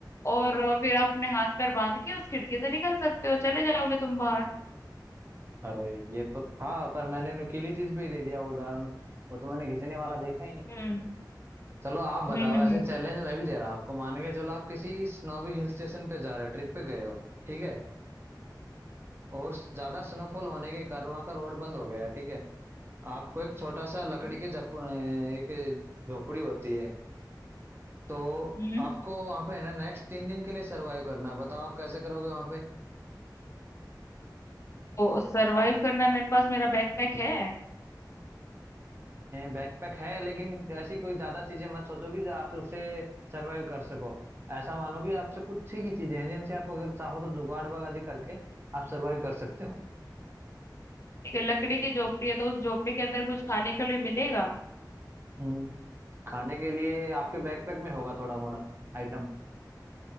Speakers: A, on the left (about 40°); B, on the right (about 30°).
A: और अ, फिर आप अपने हाथ पैर बांध के उस खिड़की से निकल सकते हो चले जाओगे तुम बाहर
B: अरे ये तो था पर मैंने नुकीली चीज पे ही दे दिया वो उदाहरण वो तो मैंने घिसने वाला देखा ही नहीं
A: हम्म
B: चलो आप बताओ
A: हम्म हम्म
B: ऐसे चैलेंज मैं भी दे रहा हूं आपको मान के चलो आप किसी स्नोवी हिल स्टेशन पे जा रहे हो ट्रिप पे गए हो ठीक है और ज्यादा स्नोफॉल होने के कारण वहां का रोड बंद हो गया है, ठीक है आपको एक छोटा सा लकड़ी
A: हम्म
B: के जप अ, एक झोपड़ी होती है तो
A: हम्म, हम्म।
B: आपको वहां पे है ना नेक्स्ट तीन दिन के लिए सरवाइव करना है बताओ आप कैसे करोगे वहां पे
A: तो सरवाइव करना है मेरे पास मेरा बैकपैक है
B: बैकपैक है लेकिन ऐसी कोई ज्यादा चीजें मत सोचो कि आप उससे सरवाइव कर सको ऐसा मानो कि आपसे कुछ ही की चीजें हैं जिनसे आप अगर चाहो तो जुगाड़ बाजी करके आप सरवाइव कर सकते हो
A: ठीक है लकड़ी की झोपड़ी है तो उस झोपड़ी के अंदर कुछ खाने के लिए मिलेगा
B: हम्म, खाने के लिए आपके बैकपैक में होगा थोड़ा मोड़ा आइटम